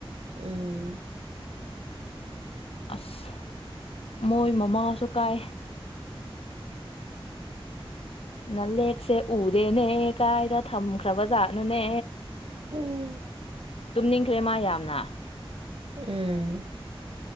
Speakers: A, on the right; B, on the left.
A: ꯎꯝ
B: ꯑꯁ ꯃꯣꯏ ꯃꯃꯥꯁꯨ ꯀꯥꯏ ꯅꯂꯦꯠꯁꯦ ꯎꯗꯦꯅꯦ ꯀꯥꯏꯗ ꯊꯝꯈ꯭ꯔꯕ ꯖꯥꯠꯅꯣꯅꯦ
A: ꯎꯝ
B: ꯇꯨꯝꯅꯤꯡꯈ꯭ꯔꯦ ꯃꯥ ꯌꯥꯝꯅ
A: ꯎꯝ